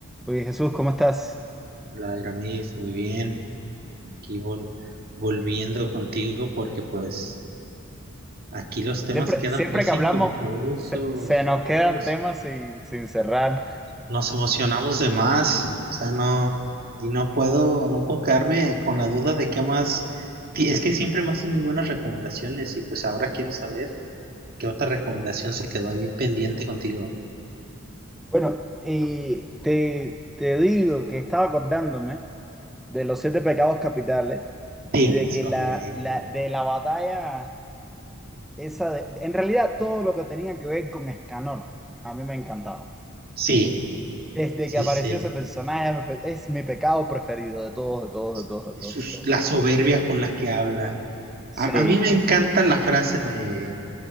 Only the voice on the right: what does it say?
Hola, Iramis, muy bien. Aquí vol- volviendo contigo porque pues aquí los temas
quedan
pues
inconclusos.
¿sabes? Nos,
nos emocionamos de más, o sea, no, y no puedo, no puedo quedarme con la duda de qué más. Ti- Es que siempre me haces muy buenas recomendaciones y pues ahora quiero saber qué otra recomendación se quedó ahí pendiente contigo.
Sí,
es
correcto.
Sí,
sí,
sí.
sí.
Eso
es
la soberbia con la que habla.
A, a mí me encanta la frase de